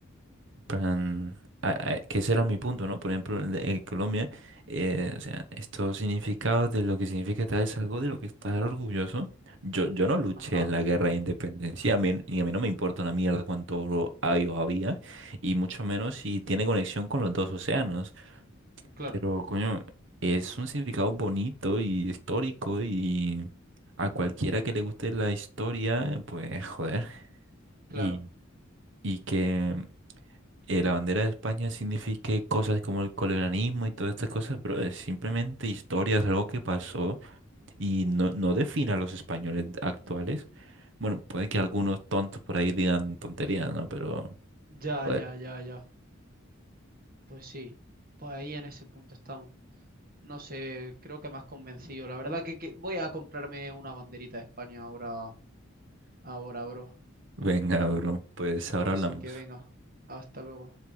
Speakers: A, on the right; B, on the right.
A: plan, a- a- que ese era mi punto, ¿no? Por ejemplo, en, en Colombia, eh, o sea, estos significados de lo que significa tal es algo de lo que estar orgulloso. Yo, yo no luché
B: Ajá,
A: en la guerra de independencia, a mí, y a mí no me importa una mierda cuánto oro hay o había, y mucho menos si tiene conexión con los dos océanos.
B: claro,
A: Pero, coño, es un significado bonito y histórico y a cualquiera que le guste la historia, pues, joder.
B: claro.
A: Y, y que eh, la bandera de España signifique cosas como el colonialismo y todas estas cosas, pero es simplemente historias, algo que pasó y no, no define a los españoles actuales. Bueno, puede que algunos tontos por ahí digan tonterías, ¿no? Pero,
B: Ya,
A: joder,
B: ya, ya, ya. Pues sí, pues ahí en ese punto estamos. No sé, creo que me has convencido. La verdad que, que voy a comprarme una banderita de España ahora, ahora, bro.
A: venga, bro, pues ahora
B: Así
A: hablamos.
B: que venga, hasta luego.